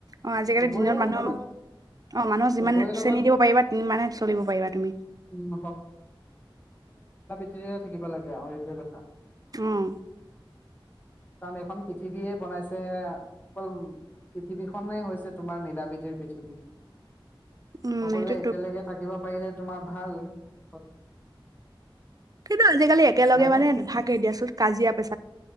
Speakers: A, on the right; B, on the left.
A: অ আজিকালি
B: চবৰে
A: দিনত মানুহক
B: লগত
A: অ মানুহক যিমান
B: চবৰে লগত
A: চেনি দিব পাৰিবা সিমানে চলিব পাৰিবা তুমি
B: উম, <unintelligible> থাকিবা লাগে আৰু সেইতোয়ে কথা
A: উম
B: কাৰণ এইখন পৃথিৱীয়ে বনাইছে অকল পৃথিৱীখনে হৈছে তোমাৰ মিলা প্ৰীতিৰ পৃথিৱী
A: উম
B: সকলোৱে
A: সেইটোতো
B: একেলগে থাকিব পাৰিলে তোমাৰ ভাল হয়
A: কিন্তু আজিকালি একেলগে
B: হয়নে?
A: মানে নাথাকে দিয়াচোন কাজিয়া পেচাল